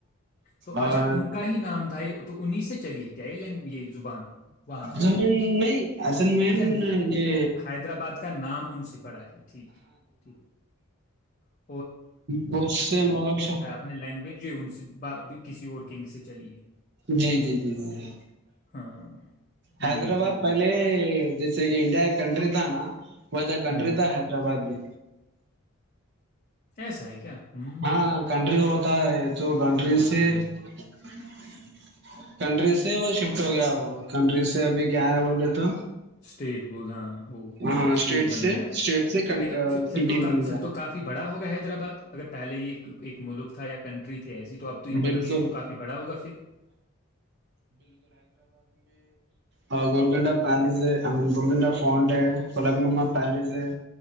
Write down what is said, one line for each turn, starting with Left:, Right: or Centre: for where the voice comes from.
Left: تو
Right: اور
Left: اچھا ان کا ہی نام دھائی ا انیس سے چلی ہے کیا یہ لینگ یہ زبان وہاں پہ
Right: زمین نہیں اصل مین
Left: اچھا
Right: یہ
Left: حیدرآباد کا نام ان سے پڑا ہے ٹھیک ٹھیک تو
Right: ب سے م ش
Left: آپ نے لینگویج یہ ان سے با- بھی کسی اور کنگ سے چلی ہے
Right: جی جی جی جی جی
Left: ہاں
Right: حیدرآباد
Left: یہ جی جی
Right: پہلے
Left: جی
Right: جس انڈا کنٹری دانا وہا کنٹری
Left: ہوں
Right: تھا حیدرباد بھی
Left: ایسا ہے کیا ہوں
Right: ہاں کنری ہو ت ہے جو گنڈریے
Left: ماشاء
Right: سے
Left: اللہ
Right: <inaudible> کنٹری سے وہ شفٹ ہو گیا وہ کنٹری سے ابھی کیا ہے بولے تو
Left: اسٹیٹ بول ہاں وہ
Right: ہاں
Left: اسٹیٹ بن
Right: سے
Left: گیا
Right: اسٹیٹ
Left: ابھی
Right: سے
Left: لیکن
Right: سٹی
Left: پھر تو پھر
Right: بن گیا
Left: تو کافی بڑا ہو گیا حیدرآباد اگر پہلے یہ ایک ملک تھا یا کنٹری تھی ایسی تو اب
Right: بالکل
Left: تو مطلب یہ تو کافی بڑا ہوگا پھر
Right: ہ گولکنڈا پیلس ہے آئی مین گولکنڈا فنٹ ہے پلک نما پیلس ہے